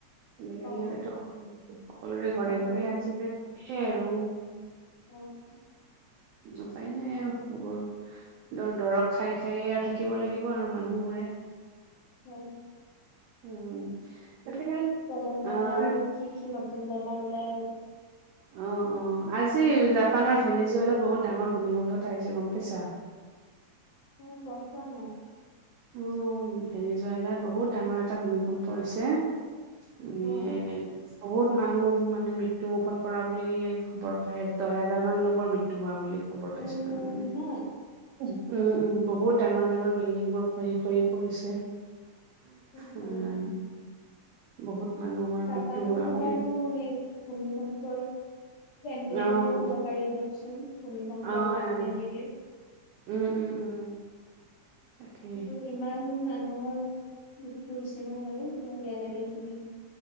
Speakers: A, on the right; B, on the left.
A: মেলেৰিয়াৰ
B: অ
A: এইটো সকলোৰে ঘৰে
B: তাকেই
A: ঘৰে আজিক থাকে আৰু।
B: অ
A: উপায় নাই আৰু এইবোৰ। দৰ দৰৱ খাই খাইয়ে আৰু থাকিব লাগিব আৰু মানুহবোৰে।
B: উ <unintelligible>
A: উম, এতেকে
B: প্ৰজন্মৰ
A: আহ।
B: বা আৰু কি কি নতুন বেমাৰ ওলাই
A: অ', অ' আজি জাপানৰ ভেনিজুৱালত বহুত ডাঙৰ ভূমিকম্প এটা আহিছে গ'ম পাইছা?
B: মই গ'ম পোৱা নাই।
A: উম, ভেনীজুৱালাত বহুত ডাঙৰ এটা ভূমিকম্প হৈছে। মানে
B: অ
A: <unintelligible> বহুত মানুহ মানে মৃত্যু মুুখত পৰা বুলিয়ে খবৰ পাই। দহ হেজাৰ মান লোকৰ মৃত্যু হোৱা বুলি খবৰ পাইছো
B: উম
A: তাৰ মানে।
B: ইমান
A: উম উম উম বহুত ডাঙৰ ডাঙৰ বিল্ডিং বোৰ খহি খহি পৰিছে।
B: উ
A: উম,
B: হ'।
A: বহুত মানুহৰ
B: জাপানততো
A: মৃত্যু হোৱা বুলি
B: বাৰু ভূমিকম্পৰ কেন্দ্ৰ
A: অ', অ',
B: বুলিয়ে ক'ব পাৰি দিয়কচোন। ভূমিকম্প
A: আহ,
B: আৰু আগ্মীয়গিৰিৰ।
A: উম, উম, উম। তাকে।
B: কিন্তু ইমান মানুহৰ মৃত্যু হৈছে ন বাৰু, বৰ বেয়া লাগিল শুনি।